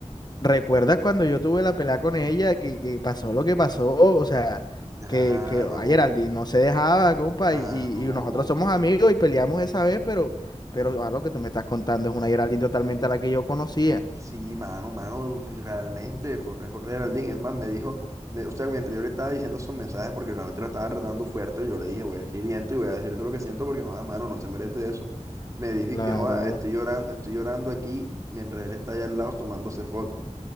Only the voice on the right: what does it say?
Claro.
Mano,
sí, mano, mano, realmente fue fue Geraldine. Es más, me dijo, me- o sea, mientras yo le estaba diciendo esos mensajes, porque realmente la estaba tratando fuerte, yo le dije, voy a decir esto y voy a decirte lo que siento, porque, joda, mano, no se merece eso. Me dijo
y que, joda, estoy llorando, estoy llorando aquí mientras él está allá al lado tomándose fotos.